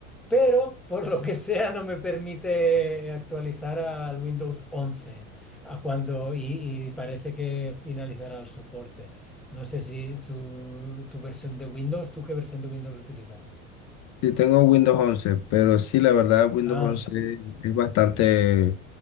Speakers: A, in the centre; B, on the left.
A: pero por lo que sea no me permite actualizar al Windows 11 a cuando, y, y parece que finalizará el soporte. No sé si su, tu versión de Windows, ¿tú qué versión de Windows utilizas?
B: Sí, tengo Windows once pero sí, la verdad, Windows
A: Ah,
B: once es bastante,